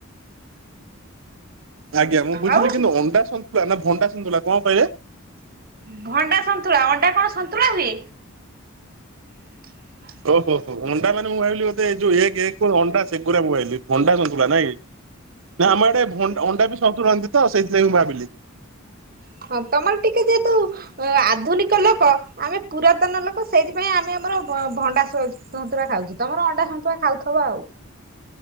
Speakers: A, on the right (about 65°); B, on the right (about 45°).
A: ଆଜ୍ଞା ମୁଁ ବୁଝିଲି
B: ଆଉ
A: କିନ୍ତୁ ଅଣ୍ଡା ସନ୍ତୁଳା ନା ଭଣ୍ଡା ସନ୍ତୁଳା କଣ କହିଲେ?
B: ଭଣ୍ଡା ସନ୍ତୁଳା ଅଣ୍ଡା କଣ ସନ୍ତୁଳା ହୁଏ। <inaudible>
A: ଓହୋ ହୋ ଅଣ୍ଡା ମାନେ ମୁଁ ଭାବିଲି ବୋଧେ ଯୋଉ ଏକ ଅଣ୍ଡା ସେଗା ମୁଁ ଭାବିଲି ଭଣ୍ଡା ଶନୁଳା ନାଇଁ କି?
B: <inaudible>
A: ନା ଆମର ଆଡେ ଅଣ୍ଡା ବି ସନ୍ତୁଳନି ତ ସେଇଥିଲାଗି ମୁଁ ଭାବିଲି।
B: ହଁ ତମର ଟିକେ ଯେହେତୁ ଅ ଆଧୁନିକ ଲୋକ ଆମେ ପୁରାତନ ଲୋକ ସେଇଥିପାଇଁ ଆମେ ଆମର ଭଣ୍ଡା ସନ୍ତୁଳା ଖାଉଛୁ। ତମର ଅଣ୍ଡା ସନ୍ତୁଳା ଖାଉଥିବ ଆଉ?